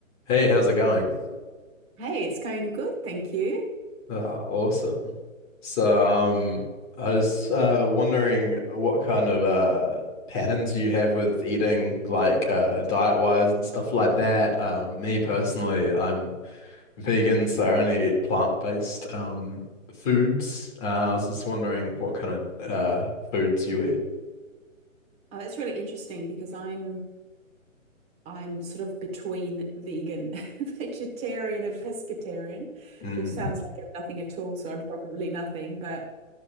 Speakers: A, on the left (about 25°); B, on the right (about 15°).
A: Hey, how's it going?
B: Hey, it's going good, thank you.
A: Ah, awesome. So, um, I was uh wondering what kind of uh patterns you have with eating, like uh diet-wise and stuff like that. Um, me personally, I'm vegan, so I only eat plant-based um foods. Uh, I was just wondering what kind of uh foods you eat.
B: Oh, that's really interesting because I'm I'm sort of between vegan, <laughs> vegetarian, and pescatarian,
A: Mm.
B: which sounds like I'm nothing at all. So I'm probably nothing. But